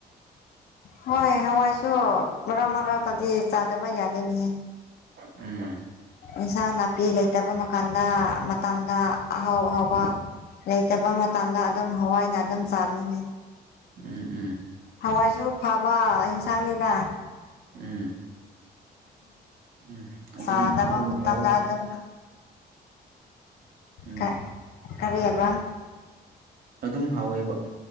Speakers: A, on the left; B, on the right.
A: ꯍꯣꯏ ꯍꯋꯥꯏꯁꯨ ꯃꯔꯥ ꯃꯔꯥꯇꯗꯤ ꯆꯥꯗꯕ ꯌꯥꯗꯣꯏꯅꯤꯍ
B: ꯎꯝ
A: ꯑꯦꯟꯁꯥꯡ ꯅꯥꯄꯤ ꯂꯩꯇꯕ ꯃꯥꯟꯗ ꯃꯇꯝꯗ ꯑꯍꯥꯎ ꯑꯍꯥꯎꯕ
B: ꯎꯝ
A: ꯂꯩꯇꯕ ꯃꯇꯝꯗ ꯑꯗꯨꯝ ꯍꯋꯥꯏꯅ ꯑꯗꯨꯝ ꯆꯥꯃꯤꯅꯦ
B: ꯎꯝ ꯎꯝ
A: ꯍꯋꯥꯏꯁꯨ ꯐꯕ ꯑꯦꯟꯁꯥꯡꯅꯤꯗ
B: ꯎꯝ ꯎꯝ ꯑꯗꯨꯝ
A: ꯁꯥꯥꯗꯕ
B: ꯑꯗꯨꯝ
A: ꯃꯤꯠꯇꯗ
B: ꯍꯥꯎꯋꯦ
A: ꯑꯗꯨ
B: ꯎꯝ
A: ꯀ ꯀꯔꯤ ꯌꯥꯕ
B: ꯑꯗꯨꯝ ꯍꯥꯎꯋꯦꯕ